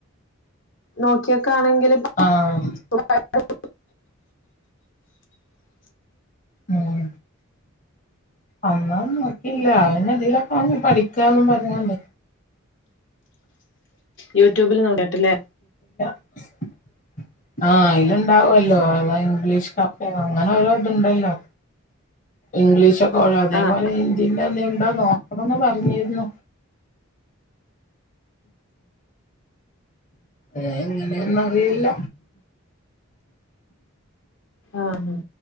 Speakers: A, on the left; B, on the left.
A: നോക്കിയൊക്കെ ആണെങ്ക <unintelligible>
B: ആഹ് ഉം അന്ന നോക്കിയില്ല അവന് ഇതിലൊക്ക പഠിക്കന്നും പറഞ്ഞോട്
A: യൂ യട്യൂബിൽ നോട കേട്ടല്ലേ
B: <unintelligible> ആഹ് അതിലുണ്ടാവല്ലോ ഇംഗ്ലീഷ്ക്ക അങ്ങനെ ഓരോ ഇതുണ്ടല്ലോ ഇംഗ്ലീഷ്ൊക്കെ അതേപോലെ
A: ആഹ്
B: ഹിന്ദീന്റെ എന്ത ഉണ്ടോ നോക്കണംന്ന് പറഞ്ഞിരുന്നു ഏ എങ്ങനെയൊന്നും അറിയില്ല
A: ആഹ്